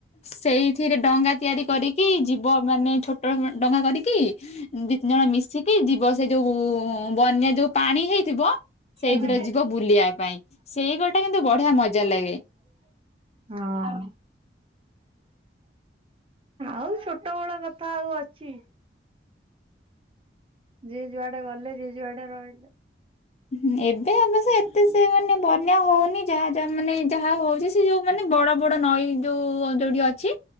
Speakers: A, on the left (about 35°); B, on the right (about 30°).
A: ସେଇଥିରେ ଡଙ୍ଗା ତିଆରି କରିକି ଯିବ ମାନେ ଛୋଟ ଡଙ୍ଗା କରି କି ଦି ତିନି ଜଣ ମିଶିକି ଯିବ ସେଇ ଯୋଉ ବନ୍ୟା ଯୋଉ ପାଣି ହେଇଥିବ
B: ହଁ
A: ସେଇଥିରେ ଯିବ ବୁଲିବା ପାଇଁ ସେଇ ଗୋଟା କିନ୍ତୁ ବଢିଆ ମଜା ଲାଗେ।
B: ହଁ। ଆଉ ଛୋଟ ବେଳ କଥା ଆଉ ଅଛି? ଯିଏ ଯୁଆଡେ ଗଲେ ଯିଏ ଯୁଆଡେ ରହିଲେ।
A: ହୁଁ ଏବେ ଆମେ ସେ ଏତେ ସେତେ ମାନେ ବନ୍ୟା ହଉନି ଯାହା ଯାହା ମାନେ ଯାହା ହଉଛି ସେ ଯୋଉ ମାନେ ବଡ ବଡ ନଈ ଯୋଉ ଅଞ୍ଚଳ ଯୋଉଠି ଅଛି